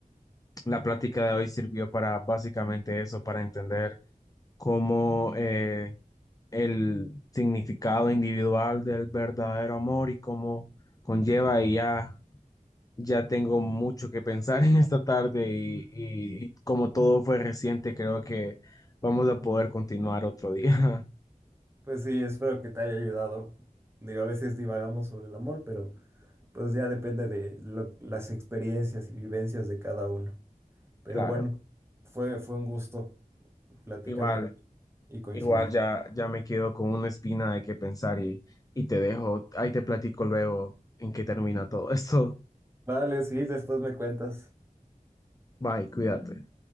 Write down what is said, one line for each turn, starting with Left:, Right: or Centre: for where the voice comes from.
Left: la plática de hoy sirvió para básicamente eso, para entender como eh, el significado individual del verdadero amor y cómo conlleva y ya, ya tengo mucho que pensar <laughs> en esta tarde y, y como todo fue reciente, creo que vamos a poder continuar otro día. <laughs>
Right: Pues sí, espero que te haya ayudado. Digo, a veces divagamos sobre el amor, pero pues ya depende de lo- las experiencias y vivencias de cada uno. Pero
Left: Claro,
Right: bueno, fue, fue un gusto. platicar
Left: igual,
Right: con y coincidir.
Left: igual ya, ya me quedo con una espina de qué pensar y, y te dejo, ahí te platico luego en qué termina todo esto.
Right: Vale, sí, después me cuentas.
Left: Bye, cuídate.